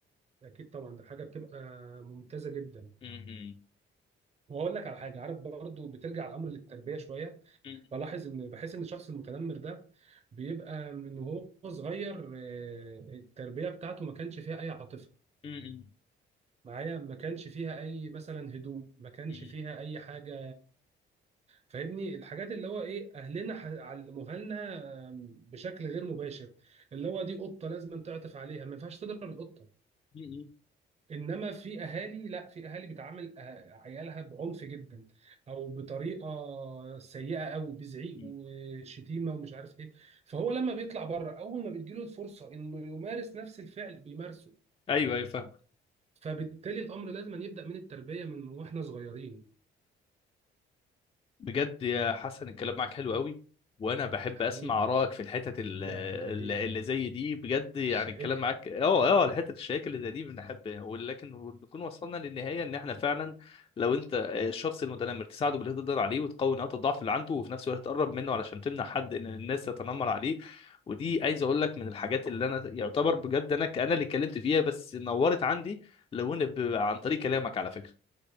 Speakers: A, on the right; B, on the left.
A: اكيد طبعا ده حاجه بتبقى ممتازه جدا
B: م- م-
A: واقول لك على حاجه عارف برضو بترجع الامر للتربيه شويه
B: م-
A: بلاحظ ان بحس ان الشخص المتنمر ده بيبقى من وهو صغير آه، التربيه بتاعته ما كانش فيها اي عاطفه
B: م-
A: معايا ما كانش فيها اي مثلا هدوء ما كانش
B: م- م-
A: فيها اي حاجه فاهمني الحاجات اللي هو ايه اهلنا ح- علموها لنا آه، بشكل غير مباشر اللي هو دي قطه لازم تعطف عليها ما ينفعش تضرب القطه
B: م- م-
A: انما في اهالي لا في اهالي بتعامل آه، عيالها بعنف جدا او بطريقه سيئه قوي بزعيق
B: م-
A: وشتيمه ومش عارف ايه فهو لما بيطلع بره اول ما بتجيله الفرصه انه يمارس نفس الفعل بيمارسه
B: ايوه ايوه فاهم
A: فبالتالي الامر لازم أن يبدا من التربيه من واحنا صغيرين
B: بجد يا حسن الكلام معاك حلو قوي وانا بحب
A: حبيبي
B: اسمع ارائك في الحتت
A: حبيبي
B: ال- ال-
A: يا عبد الرحيم
B: اللي زي دي بجد يعني
A: الشائكه
B: الكلام معاك اه اه الحتت الشياكه اللي زي دي بنحب ولكن بنكون وصلنا للنهايه ان احنا فعلا لو انت الشخص المتنمر تساعده باللي تقدر عليه وتقوي نقاط الضعف اللي عنده وفي نفس الوقت تقرب منه علشان تمنع حد ان الناس تتنمر عليه ودي عايز اقول لك من الحاجات اللي انا يعتبر بجد انا انا اللي اتكلمت فيها بس نورت عندي لو إن ب- عن طريق كلامك على فكره